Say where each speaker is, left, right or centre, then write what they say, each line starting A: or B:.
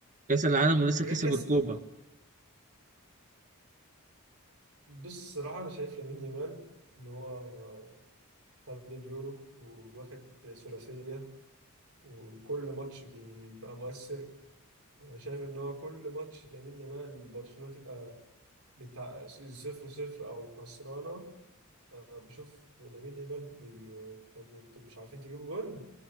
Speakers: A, on the right; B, on the right.
A: كاس العالم ولسه
B: غير
A: كسب
B: كاس
A: الكوبا
B: بص الصراحة انا شايف لامين يامال ان هو خد اليورو واخد ثلاثية وكل ماتش بيبقى مؤثر انا شايف ان هو كل ماتش لامين يامال برشلونة تبقى بتاع صفر صفر أو خسرانة آه، بشوف لامين يامال بي... طب انتوا مش عارفين تجيبوا جول